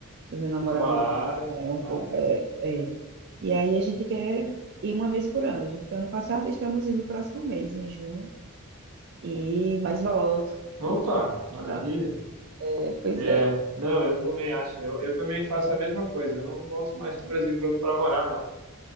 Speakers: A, on the right (about 50°); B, on the right (about 85°).
A: do meu namorado,
B: Claro,
A: ela, ela é um
B: claro.
A: pouco. É, é. E aí a gente quer ir uma vez por ano. A gente foi ano passado, estamos indo no próximo mês, em junho, e mais volto.
B: Opa,
A: Não,
B: maravilha.
A: sabe? É, pois
B: É,
A: é.
B: não, eu também acho. Eu, eu também faço a mesma coisa. Eu não volto mais para o Brasil para morar, não.